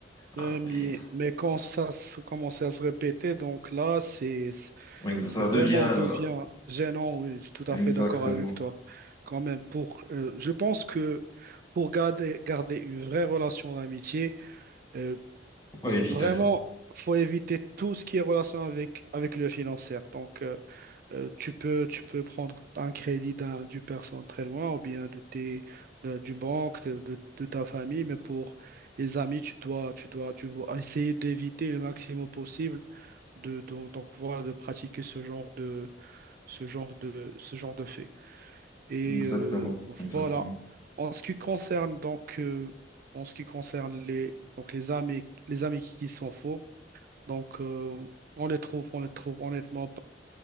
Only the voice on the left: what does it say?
Ah,
mais-
mais ça
devient
exactement.
Faut pas éviter
ça.
Exactement,
exactement,